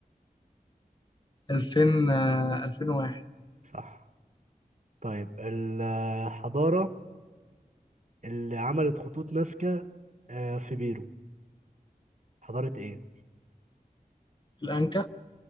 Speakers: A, on the left; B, on the right.
A: 2000 آه 2001
B: صح طيب الحضارة اللي عملت خطوط نازكا آه في بيرو حضارة إيه؟
A: الأنكا